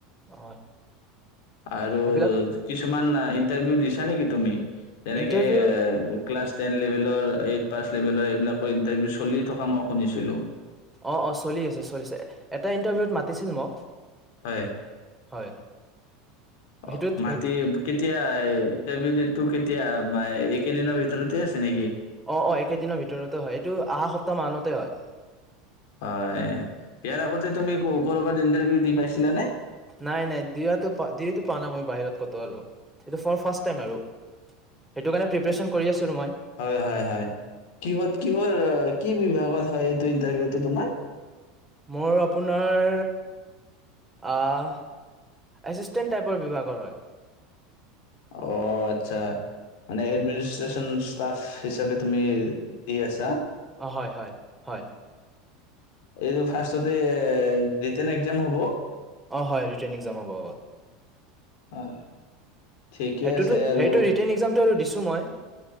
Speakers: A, in the centre; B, on the left.
A: অ
B: আৰু
A: সেইবিলাক
B: কিছু- -কিছুমান ইণ্টাৰভিউ দিছা নেকি তুমি যেনেকে
A: ইণ্টাৰভিউত
B: আহ ক্লাছ টেন লেভেলৰ এইট পাছ লেভেলৰ এইবিলাকৰ ইণ্টাৰভিউ চলি থকা মই- -শুনিছিলো।
A: অ', অ', চলি আছে, চলি আছে এটা ইণ্টাৰভিউত মাতিছিল মোক-
B: হয়
A: হয়। সেইটোত
B: অ' মাটি
A: সেই
B: কে এতিয়া ইণ্টাৰভিউ ডেট টো কেতিয়া এই কেইদিনৰ ভিতৰতে আছে নেকি?
A: অ-অ একেদিনৰ ভিতৰতে হয় এইটো অহা সপ্তাহ মানতে হয়।
B: হয়, ইয়াৰ আগতে তুমি কৰ'বাত ইন্টাৰভিউ দি পাইছিলানে?
A: নাই-নাই দিয়াটো দিয়োটো পোৱা নাই মই বাহিৰত কতো আৰু সটো ফাষ্ট টাইম আৰু। সেইটো কাৰণে প্ৰিপেৰেচন
B: হয়-হয়-হয়,
A: কৰি আছো আৰু মই
B: কিহত-কিহৰ কি বিভাগত হয় এইটো ইণ্টাৰভিউটো তোমাৰ?
A: মোৰ আপোনাৰ এছিষ্টেণ্ট টাইপৰ বিভাগৰ হয়।
B: অ' আচ্ছা, মানে এডমিনিষ্ট্ৰচন ষ্টাফ হিচাপে তুমি দি আছা।
A: হয়-হয়-হয়,
B: এইযে ফাৰ্ষ্টতে হয়, ৰিটোন এক্সাম হব।
A: অ হয় ৰিটেন এক্সাম হ'ব আগত
B: হয়, ঠিকে
A: সেইটোতো
B: আছে আৰু
A: সেইটো ৰিটাৰ্ণ এক্জামটো আৰু দিছো মই।